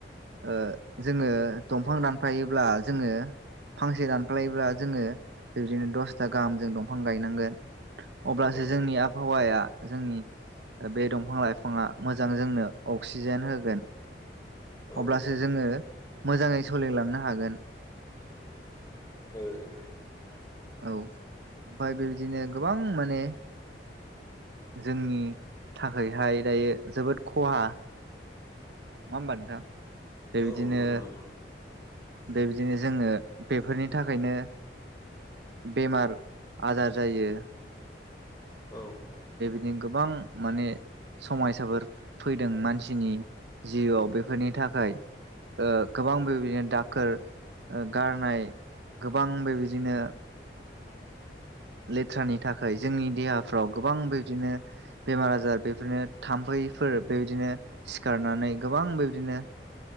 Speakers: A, on the right; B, on the left.
A: ओ जोंङो दंफां दानफायोब्ला जोंङो फांसे दानफ्लायोब्ला जोंङो बिब्दिनो दसथा गाहाम जों दंफां गायनांगोन। अब्लासो
B: औ
A: जोंनि आबहावाया जोंनि बे दंफां लाइफाङा मोजां जोंनो अक्सिजेन होगोन।
B: औ
A: अब्लासो जोंङो मोजांङै सलिलांनो हागोन।
B: औ
A: औ ओमफाय बेबायदिनो गोबां माने जोंनि थाखायहाय दायो जोबोद खहा नङा हबा नोंथां? बेबायदिनो
B: औ नंगौ नोंथां।
A: बेबायदिनो जोङो बेफोरनि थाखायनो बेमार आजार जायो।
B: औ
A: नि गोबां माने समयसाफोर फैदों मानसिनि जिउआव बेफोरनि थाखाय ओ गोबांबो बिदिनो द फोर गारनाय गोबां बेबायदिनो लेथ्रानि थाखाय जोंनि देहाफ्राव गोबां बिदिनो बेमार आजार बेफोरनो थामफै बेफोर बेबायदिनो सिखारनानै गोबां बेबायदिनो